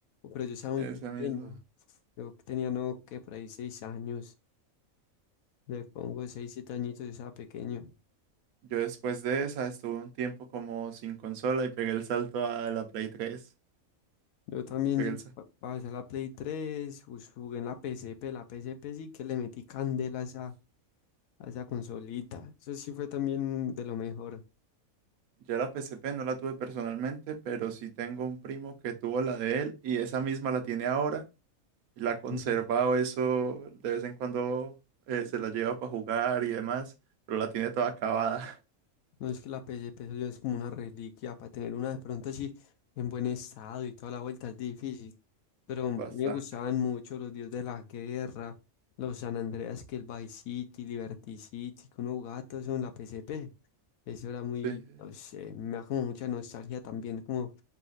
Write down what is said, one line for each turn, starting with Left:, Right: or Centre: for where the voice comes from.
Left: pero yo estaba muy
Right: Ese
Left: pequeño,
Right: mismo.
Left: yo tenía no, que por ahí seis años. Le pongo 6 7 añitos, yo estaba pequeño.
Right: Yo después de esa estuve un tiempo como sin consola y pegué el salto a la Play tres,
Left: Yo también
Right: Pegué
Left: lle-
Right: el sa-
Left: pa- pasé a la Play tres jus- jugué en la PSP. La PSP sí que le metí candela a esa, a esa consolita. Eso sí fue también de lo mejor.
Right: Yo la P S P no la tuve personalmente, pero sí tengo un primo que tuvo la de él y esa misma la tiene ahora. Y la ha conservado
Left: <laughs>
Right: eso de vez en cuando eh, se la lleva para jugar y demás, pero la tiene toda acabada. <laughs>
Left: No es que la PSP eso ya es como una reliquia. Para tener una de pronto así en buen estado y toda la vuelta es difícil. Pero a mí
Right: Bastante,
Left: me gustaban mucho los Dios de la Guerra, los San Andreas, que el Vice City, Liberty City, que uno jugaba todo eso en la PSP. Eso era muy,
Right: sí.
Left: no sé, me da como mucha nostalgia también, como